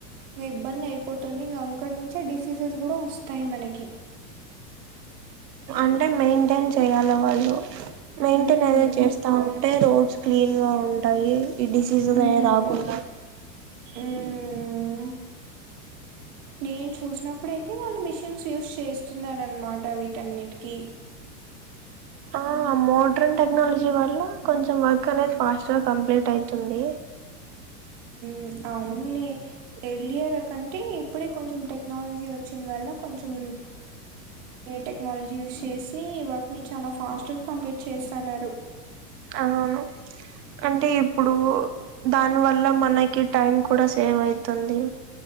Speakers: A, on the right (about 50°); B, on the right (about 90°).
A: ఇంక ఇబ్బంది అయిపోతుంది ఇంక అక్కడి నుంచే డిసీజెస్ కూడా వస్తాయ్ మనకి
B: అంటే మెయింటన్ చేయాల వాళ్ళు మెయింటైన్
A: ఉమ్
B: అనే చేస్తా ఉంటే రోడ్స్ క్లీన్ గా యి ఈ డిసీస్
A: ఉమ్
B: అయ్ రాకుండ
A: ఉమ్ నేను చూసినప్పుడయితే వాళ్ళు మిషిన్స్ యూస్ చేస్తున్నర్ అనమాట వీటన్నిటికీ
B: ఆ మోడ్రన్ టెక్నాలజీ వల్ల కొంచెం వర్క్ అనేది ఫాస్ట్గా కంప్లీట్ ఐతుందీ
A: మ్ అవున్లే ఎర్లియర్ కంటే ఇప్పుడే కొంచెం టెక్నాలజీ వచ్చిన్ వల్ల కొంచెం టెక్నాలజీ యూస్ చేసి వర్క్ని చాలా ఫాస్ట్గా కంప్లీట్ చేస్సన్నారు
B: అవును అంటే ఇప్పుడూ దానివల్ల మనకి టైం కూడా సేవ్ ఐతుంది